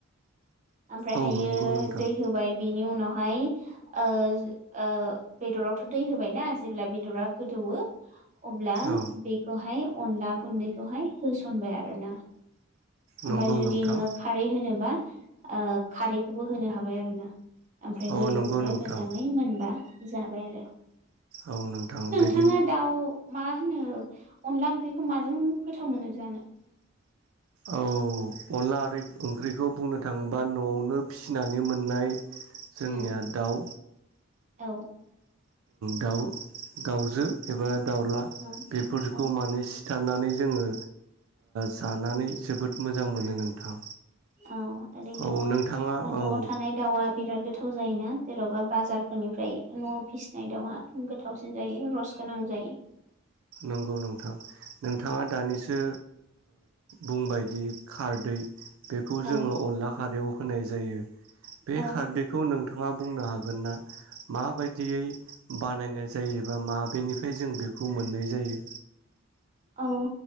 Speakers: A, on the right; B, on the right.
A: ओमफ्रायहायो
B: औ नंगौ नोंथां
A: दै होबाय बिनि उनाव बहाय ओ ओ बेदरावथ' दै होबायनाा जेब्ला बेदरा गोदौवो अब्ला
B: औ
A: बेखौहाय अनला गुन्दैखौहाय होसनबाय आरोना
B: नंगौ
A: ओमफ्राय जुदि
B: नोंथां
A: नोङो खारै होनोब्ला खारैखौबो होनो हाबाय आरोना ओमफ्राय
B: औ
A: गोदौहोबाय
B: नंगौ नोंथां
A: मोजाङै मोनबा जाबाय आरो
B: औ नोंथां बे
A: बिथाङा दाउ मा मा होनो अनला ओंख्रिखौ माजों गोथाव मोनो जानो
B: औ अनला ओ ओंख्रिखौ बुंनो थाङोबा न'आवनो फिसिनानै मोननाय जोंनिया
A: उम
B: दाउ
A: औ
B: दाउ दाउजो एबा दाउला
A: औ
B: बेफोरखौ
A: औ
B: माने ओ जोङो जानानै जोबोद मोजां मोनो नोंथां
A: औ ओरैनोथ'
B: औ नोंथाङा
A: न'आव
B: औ
A: थानाय दाउआ बे बिराद गोथाव जायोना जेन'बा बाजारफोरनिफ्राय न' फिसिनाय दाउआ गोथावसिन जायो रस गोनां जायो
B: नंगौ नोंथां नोंथाङा दानिसो बुंबायदि खारदै बेखौ
A: औ
B: जोङो अनला खारैयाव होनाय जायो बे
A: औ
B: खारदैखौ नों नोंथाङा बुंनो हागोन ना माबायदियै बानायनाय जायोबा माबेनिफ्राय जों बेखौ मोन जायो
A: औ